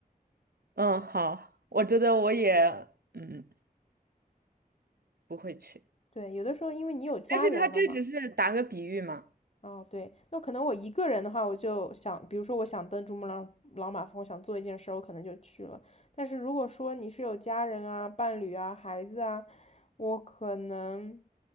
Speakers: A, on the right; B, on the left.
A: <laughs> 嗯，好，我觉得我也，嗯，不会去。
B: 对，有的时候因为你有家人了嘛，
A: 但是他这只是打个比喻嘛，
B: 哦，对，那可能我一个人的话，我就想，比如说我想登珠穆朗朗玛峰，我想做一件事儿，我可能就去了。但是如果说你是有家人啊、伴侣啊、孩子啊，我可能